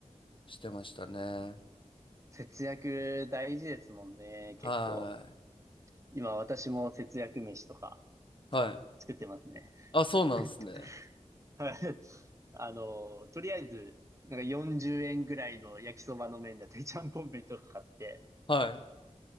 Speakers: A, on the left (about 45°); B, on the right (about 25°).
A: い、してましたね。
B: 節約大事ですもんね、結構。
A: は
B: 今私も節約飯とか
A: い。はい。
B: 作ってますね。
A: あ、そうなんですね。
B: <laughs> はい。あの、とりあえず、なんか40円ぐらいの焼きそばの麺だったり、ちゃんぽん麺とか買って、
A: はい。